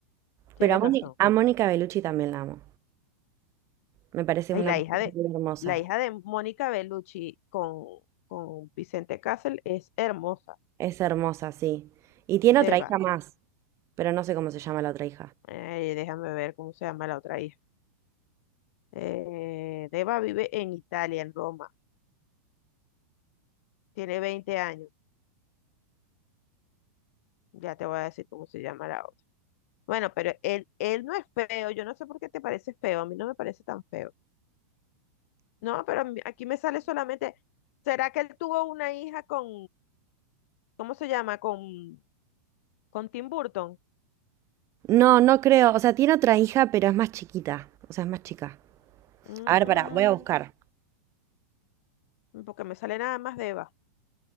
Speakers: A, on the left; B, on the right.
A: tienes
B: Pero a
A: razón.
B: Mónica, a Mónica Bellucci también la amo. Me parece
A: Y
B: una
A: la
B: mujer
A: hija de,
B: muy hermosa.
A: la hija de Mónica Bellucci con, con Vicente Castle es hermosa,
B: Es hermosa, sí. Y tiene
A: Deva.
B: otra hija más, pero no sé cómo se llama la otra hija.
A: Eh, déjame ver cómo se llama la otra hija. Eh, Deva vive en Italia, en Roma. Tiene veinte años. Ya te voy a decir cómo se llama la otra. Bueno, pero él, él no es feo. Yo no sé por qué te parece feo. A mí no me parece tan feo. No, pero a mí- aquí me sale solamente, ¿será que él tuvo una hija con, ¿cómo se llama? Con, con Tim Burton.
B: No, no creo. O sea, tiene otra hija, pero es más chiquita. O sea, es más chica.
A: Mm,
B: A ver, pará, voy a buscar.
A: porque me sale nada más de Eva.